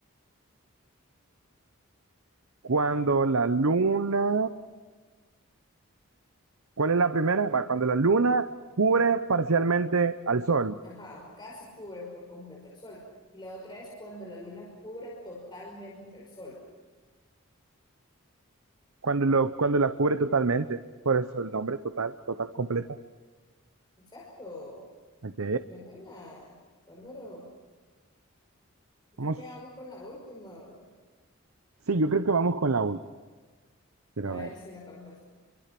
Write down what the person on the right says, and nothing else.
Cuando la luna... ¿Cuál es la primera? Va, cuando la luna cubre parcialmente al sol.
Cuando, lo, cuando la cubre totalmente. Por eso el nombre total, total, completa.
Ok.
Vamos.
Sí, yo creo que vamos con la última. Quiero
ver.